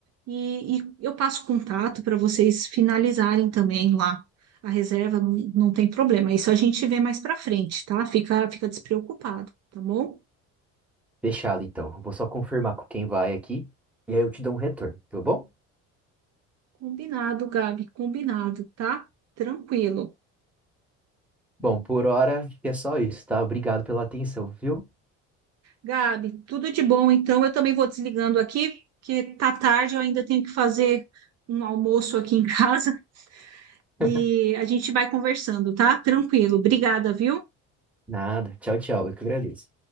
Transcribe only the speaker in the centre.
Fechado, então. Vou só confirmar com quem vai aqui e aí eu te dou um retorno, tá bom?
Bom, por hora acho que é só isso, tá? Obrigado pela atenção, viu?
<laughs>
Nada. Tchau, tchau. Eu que agradeço.